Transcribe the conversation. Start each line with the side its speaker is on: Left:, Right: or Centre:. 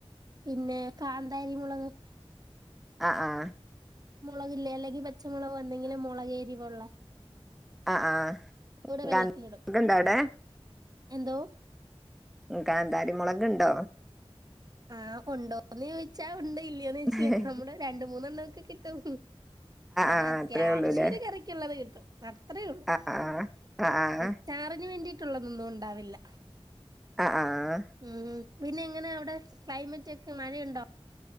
Right: പിന്നെ കാന്താരി മുളക്
Centre: ആ ആ
Right: മുളകില്ലേ അല്ലെങ്കിൽ പച്ചമുളക് വന്നെങ്കിലും മുളകേരിയും ഉള്ളെ
Centre: ആ ആ
Right: വെള്ളത്തിലിടും
Centre: ഗാന്ധ ഇണ്ട അവിടെ
Right: എന്തോ
Centre: കാന്താരി മുളക്ണ്ടോ
Right: ആ് ഉണ്ടോന്ന് ചോദിച്ചാ ഉണ്ട് ഇല്ല്യൊന്നു ചോയിച്ചാല്
Centre: ആഹ്
Right: നമ്മുടെ രണ്ട്മൂന്നെണ്ണോ ക്കെ കിട്ടും ഒര്
Centre: ആഹ്
Right: അത്യാവശ്യ
Centre: അത്രേ ഉള്ളൂല്ലേ
Right: ഒരു കറിക്കുള്ളത് കിട്ടും അത് അത്രേ ഉള്ളു
Centre: ആഹ് ആഹ് ആഹ്
Right: അച്ചാറിനു വേണ്ടി ള്ളതൊന്നും ഉണ്ടാവില്ല
Centre: ആഹ് ആഹ്
Right: ഉം പിന്നെ എങ്ങനെയ അവിടെ ക്ലൈമറ്റ് ഒക്കെ മഴയുണ്ടോ